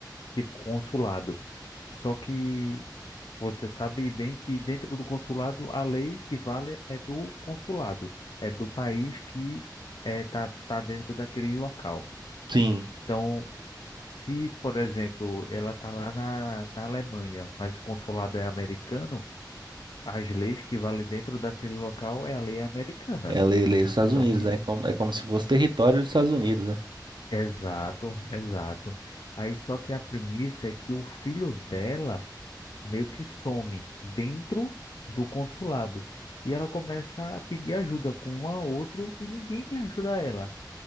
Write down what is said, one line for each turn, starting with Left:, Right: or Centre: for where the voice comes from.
Left: tipo consulado. Só que você sabe bem que dentro do consulado, a lei que vale é do consulado, é do país que é, tá, tá dentro daquele local.
Right: Sim.
Left: Então, Se, por exemplo, ela tá lá na, na Alemanha, mas o consulado é americano, as leis que valem dentro daquele local é a lei americana.
Right: É lei, lei dos Estados
Left: Então,
Right: Unidos,
Left: de-
Right: né? É Como- É como se fosse território dos Estados Unidos, né?
Left: exato, exato. Aí só que a premissa é que o filho dela meio que some dentro do consulado e ela começa a pedir ajuda com um a outro e ninguém quer ajudar ela.